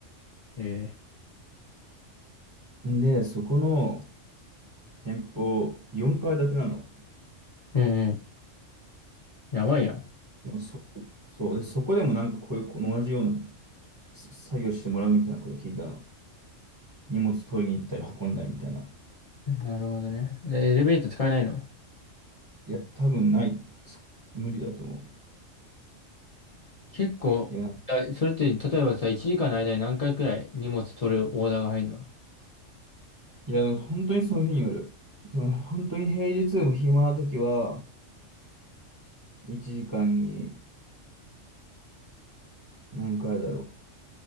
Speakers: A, on the left; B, on the right.
A: ええ
B: う。で、そこの店舗、4階建てなの。
A: うんうん。やばいや
B: でもそ、そう。で、そこでもなんかこういう、この同じようなす作業してもらうみたいなことを聞いたの。荷物取りに行ったり運んだりみたいな。
A: ん。なるほどね。でエレベーター使えないの
B: いや、多分ない。つ無理だと思
A: 結構、
B: う。いや、
A: あそれって、例えばさ、1時間の間に何回くらい荷物取るオーダーが入るの
B: いや、本当にその日による。その、本当に平日でも暇な時は、1時間に何回だろ